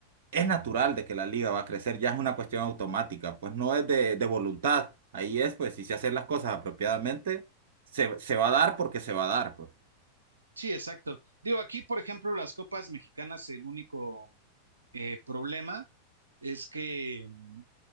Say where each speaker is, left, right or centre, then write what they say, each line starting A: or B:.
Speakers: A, on the right; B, on the right.
A: Es natural de que la liga va a crecer, ya es una cuestión automática, pues no es de, de voluntad. Ahí es, pues, si se hacen las cosas apropiadamente, se, se va a dar porque se va a dar, pues.
B: Sí, exacto. Digo, aquí, por ejemplo, las copas mexicanas, el único eh, problema es que, mm,